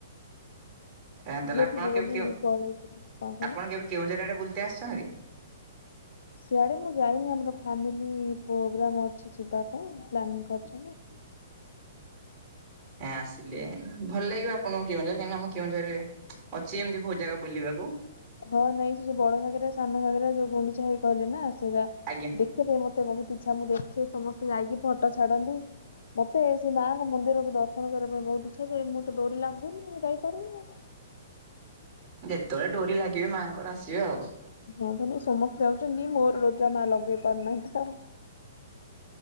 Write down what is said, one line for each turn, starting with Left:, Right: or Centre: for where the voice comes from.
Right: ତାହେଲେ
Left: ଝିଅ
Right: ଆପଣ
Left: ଥିଲି
Right: କେବେ
Left: ବୋଲି
Right: କେଉଁ
Left: ପଳେଇଥିଲି କଣ କହିଲ?
Right: ଆପଣ କେବେ କେଉଁଝର ଆଡେ ବୁଲିତେ ଆସିଚନ୍ତି?
Left: ସିଆଡ଼େ ମୁଁ ଯାଇନି ଆମର ଫ୍ୟାମିଲି ପ୍ରୋଗ୍ରାମ ଅଛି ଯିବା ପାଇଁ ପ୍ଲାନିଂ କରିଚନ୍ତି।
Right: ଏଁ ଆସିଲେ ଭଲ ଲାଗିବ ଆପଣଙ୍କୁ କେଉଁଝର କାହିଁକ ନାଁ ଆମ କେଁଝରରେ ଅଛି ଏମିତି ବୋହୁତ୍ ଜାଗା ବୁଲିବାକୁ।
Left: ହଁ ନାଇଁ ସେ ବଡ ଭାଗରେ ସାନ ଭାଗରେ ଯୋଉ ଗୁଣ୍ଡିଚା ହୋଇ କହିଲ ନାଁ ସେଇରା
Right: ଆଜ୍ଞା।
Left: ଦେଖିବା ପାଇଁ ମତେ ବହୁତ୍ ଇଚ୍ଛା ମୁଁ ଦେଖେ ସମସ୍ତେ ଯାଇକି ଫଟୋ ଛାଡ଼ନ୍ତି। ମତେ ସେଇ ମାଆଙ୍କ ମନ୍ଦିରକୁ ଦର୍ଶନ କରିବା ପାଇଁ ବହୁତ୍ ଇଚ୍ଛା ଯେ ମୁଁ ତ ଡୋରି ଲାଗୁନି ମୁଁ ଯାଇପାରୁନି।
Right: ଯେତେବେଳେ ଡୋରି ଲାଗିବେ ମାଆଙ୍କର ଆସିବେ ଆଉ।
Left: ହଁ ପରା ସମସ୍ତେ ଯାଉଚନ୍ତି ମୋର ଡୋରି ଟା ମା ଲଗେଇ ପାରୁନାହାନ୍ତି ଆଉ।